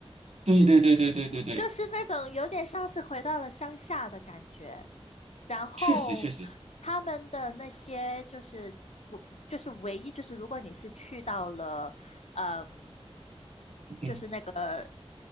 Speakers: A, on the right; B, on the left.
A: 对对对对对对对，
B: 就是那种有点像是回到了乡下的感觉。然后
A: 确实确实，
B: 他们的那些就是不就是唯一就是如果你是去到了，嗯，就是那个
A: 嗯。